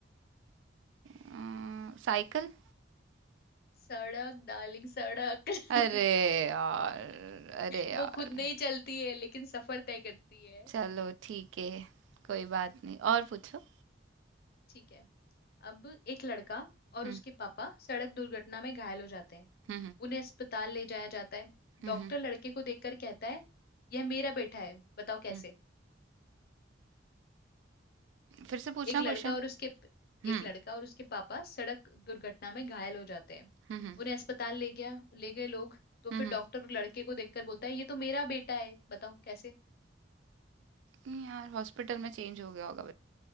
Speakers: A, on the right; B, on the left.
A: अ, साइकिल
B: सड़क डार्लिंग सड़क <laughs>
A: अरे यार अरे यार
B: वो खुद नहीं चलती है लेकिन सफर तय करती है
A: चलो ठीक है कोई बात नहीं और पूछो
B: ठीक है अब एक लड़का और
A: हम्म
B: उसके पापा सड़क दुर्घटना में घायल हो जाते हैं
A: हम्म हम्म
B: उन्हें अस्पताल ले जाया जाता है
A: हम्म,
B: डॉक्टर
A: हम्म।
B: लड़के को देखकर कहता है यह मेरा बेटा है बताओ कैसे
A: हम्म। फिर से पूछना
B: एक लड़का
A: क्वेश्चन
B: और उसके
A: हम्म
B: एक लड़का और उसके पापा सड़क दुर्घटना में घायल हो जाते हैं
A: हम्म हम्म
B: उन्हें अस्पताल ले गया ले गए लोग तो
A: हम्म
B: फिर
A: हम्म।
B: डॉक्टर लड़के को देखकर बोलता है ये तो मेरा बेटा है बताओ कैसे
A: नहीं यार हॉस्पिटल में चेंज हो गया होगा